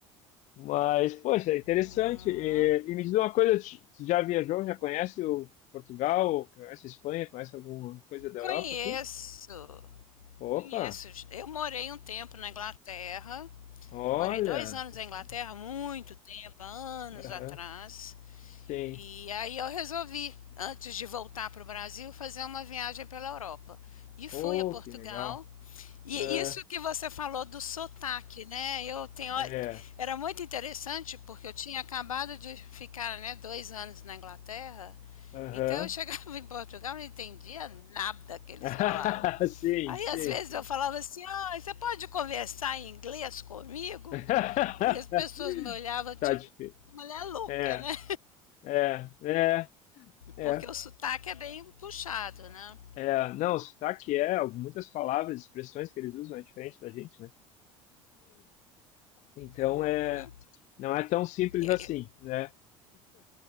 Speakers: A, on the left; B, on the left.
A: mas, poxa, é interessante.
B: Hum.
A: E, e me diz uma coisa, tu tu já viajou, já conhece o Portugal, conhece a Espanha, conhece alguma coisa da
B: Conheço.
A: Europa aqui? Opa,
B: Conheço. Eu morei um tempo na Inglaterra
A: olha,
B: Morei dois anos
A: pessoal.
B: na Inglaterra, muito tempo, anos
A: Aham,
B: atrás.
A: Sim.
B: E aí eu resolvi, antes de voltar para o Brasil, fazer uma viagem pela Europa. E fui
A: Oh,
B: a Portugal.
A: que legal.
B: E
A: Ah,
B: isso que você falou do sotaque, né? Eu tenho,
A: é.
B: era muito interessante porque eu tinha acabado de ficar, né, dois anos na Inglaterra.
A: Aham.
B: Então eu chegava <laughs> em Portugal e não entendia nada que eles
A: <laughs>
B: falavam.
A: Sim,
B: Aí
A: sim,
B: às vezes
A: sim.
B: eu falava assim, ah, você pode conversar em inglês comigo?
A: <laughs>
B: E as pessoas me olhavam tipo,
A: Tá difícil.
B: mulher louca,
A: É,
B: né?
A: é, é, é,
B: Porque o sotaque é bem puxado, né?
A: é. Não, sotaque é, muitas palavras, expressões que eles usam é diferente da gente, né? Então
B: Uhum.
A: é, não é tão simples
B: E,
A: assim,
B: e,
A: né?